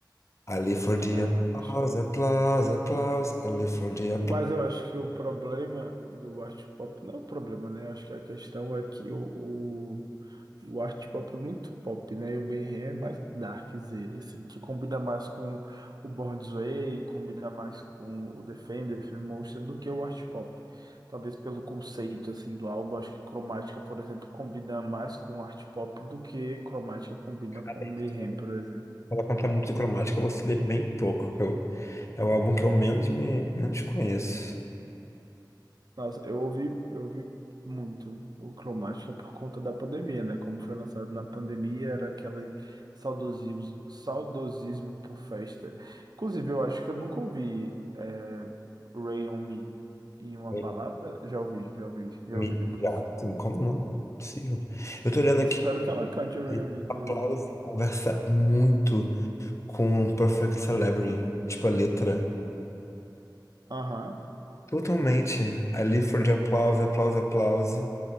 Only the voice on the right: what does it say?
é,
acho
Mas eu acho que o problema do art pop não é o problema, né? Eu acho que a questão é que o, o, o art pop é muito pop, né? E o Mayhem é mais darkzera, assim, que combina mais com o Born This Way, combina mais com o The Fame, The Fame Monster, do que o art pop. Talvez pelo conceito, assim, do álbum, acho que Chromatica, por exemplo, combina mais com o art pop do que Chromatica combina com
o Mayhem, por exemplo.
Nossa, eu ouvi, eu ouvi muito o Cromática por conta da pandemia, né? Como foi lançado na pandemia, era aquele saudosismo, saudosismo por festa. Inclusive, eu acho que eu nunca ouvi é, Ray on Me em uma
balada. Já ouvi, já ouvi, já
ouvi depois.
E
espero que ela cante Ray
on Me, inclusive.
Aham.